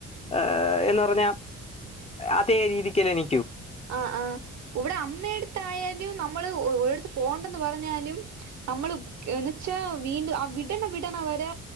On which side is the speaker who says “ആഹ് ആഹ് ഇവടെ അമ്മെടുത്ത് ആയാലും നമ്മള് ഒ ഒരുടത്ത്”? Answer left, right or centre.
Right